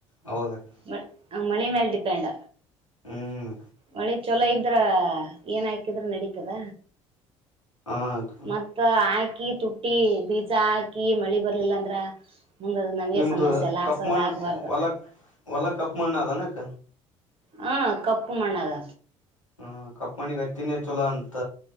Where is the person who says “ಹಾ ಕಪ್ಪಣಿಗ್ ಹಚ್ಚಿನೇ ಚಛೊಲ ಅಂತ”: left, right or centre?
Left